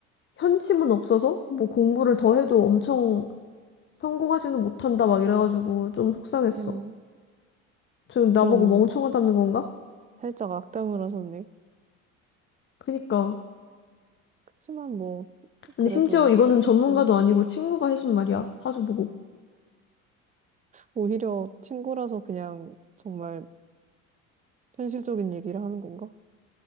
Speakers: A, on the left; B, on the right.
A: 현침은 없어서, 뭐 공부를 더 해도 엄청 성공하지는 못한다, 막 이래가지고 좀 속상했어.
B: 음,
A: 지금
B: 그런
A: 나보고 멍청하다는 건가?
B: 살짝 악담을 하셨네.
A: 그니까.
B: 그치만 뭐,
A: 아니,
B: 그래도,
A: 심지어 이거는 전문가도
B: 음,
A: 아니고 친구가 해준 말이야, 사주 보고.
B: 오히려 친구라서 그냥 정말 현실적인 얘기를 하는 건가?